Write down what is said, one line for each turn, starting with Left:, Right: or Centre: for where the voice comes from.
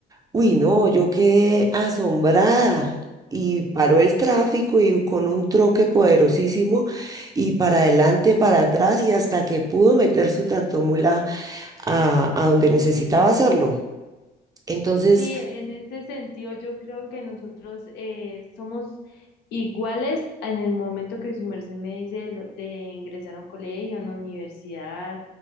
Right: Uy, no, yo quedé asombrada. Y paró el tráfico y con un troque poderosísimo y para adelante, para atrás y hasta que pudo meter su tractomula a, a donde necesitaba hacerlo. Entonces,
Left: Sí, en este sentido yo creo que nosotros eh, somos iguales en el momento que su merced me dice de, lo- de ingresar a un colegio, a una universidad,